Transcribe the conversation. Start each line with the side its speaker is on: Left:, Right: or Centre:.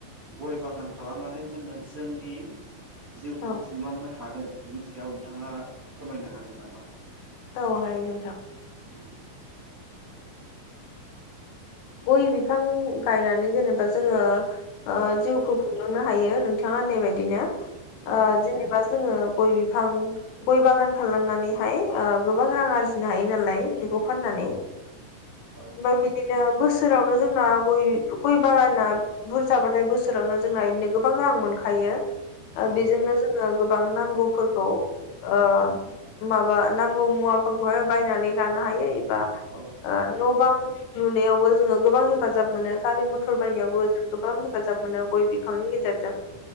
Right: गय बागान खालामनानै जोङो जोंनि जिउखौ
Left: औ
Right: खुंलांनो हा हागोन बिनि सायाव नोंथाङा फोरमायनो हागोन नामा?
Left: औ हायो नोंथां
Right: <inaudible>
Left: गय बिफां गायनानै जेनेबा जोङो ओ जिउखौ खुंलांनो हायो नोंथाङा होननायबायदिनो ओ
Right: औ
Left: जेनेबा जोङो गय बिफां गय बागान खालामनानैहाय ओ गोबां रां आरजिनो हायो नालाय। <unintelligible> फाननानै
Right: औ औ
Left: बा बिदिनो बोसोरावनो जोंना गय-गय बागाना बुरजाबाथाय बोसोरावनो जोंना इदिनो गोबां रां मोनखायो ओ
Right: औ
Left: बेजोंनो जोङो गोबां नांगौफोरखौ ओ माबा नांगौ मुवाफोरखौहाय बायनानै लानो हायो एबा
Right: औ
Left: ओ न-बां लुनायावबो जोङो गोबां हेफाजाब मोनो। गारि मथर बायनायावबो जों गोबां हेफाजाब मोनो गय बिफांनि गेजेरजों।